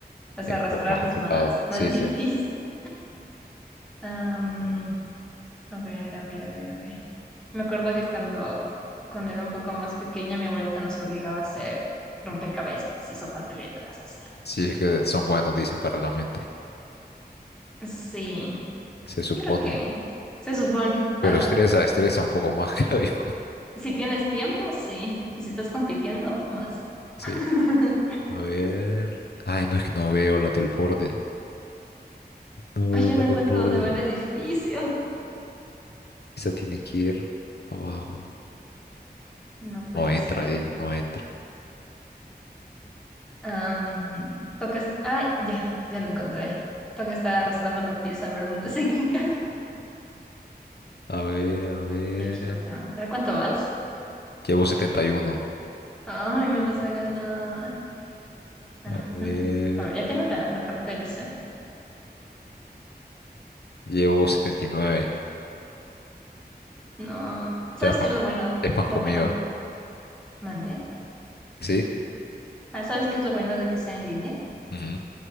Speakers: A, in the centre; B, on the left.
A: O sea,
B: es
A: arrastrarlo
B: un poco más complicado.
A: es más,
B: Sí,
A: más <laughs> difícil.
B: sí.
A: Am, a ver, a ver, a ver, a ver. Me acuerdo que cuando, cuando era un poco más pequeña, mi abuelita nos obligaba a hacer rompecabezas y sopas de letras, así.
B: Sí, es que son buenos, dicen, para la mente,
A: Sí,
B: se supone.
A: yo creo que se supone.
B: Pero
A: Ajá.
B: estresa, estresa un poco más, <laughs> creo yo.
A: Si tienes tiempo, sí. Y si estás compitiendo, más.
B: Sí.
A: <laughs>
B: A ver. Ay, no es que no veo la del borde. No veo
A: Ay, yo
B: la
A: no
B: del
A: encuentro
B: borde.
A: dónde va el edificio.
B: Esa tiene que ir abajo.
A: No puede
B: No entra
A: ser
B: ahí,
A: que
B: no entra.
A: Am, tocas. Ah, ya, ya lo encontré. Toca estar arrastrando la pieza a ver dónde se <laughs> encaja.
B: A ver, a ver.
A: Aquí va la otra. ¿Cuánto vas?
B: Llevo 71.
A: Ay, me vas a ganar. <laughs> Ah,
B: A ver.
A: a ver, ya tengo la, la parte del centro.
B: Llevo 79.
A: No. ¿Sabes
B: Ya es pan,
A: qué es lo bueno?
B: es pan
A: Lo
B: comido.
A: bueno que mandé.
B: ¿Sí?
A: Ah, ¿sabes qué es lo bueno de que sea en línea?
B: Ujú.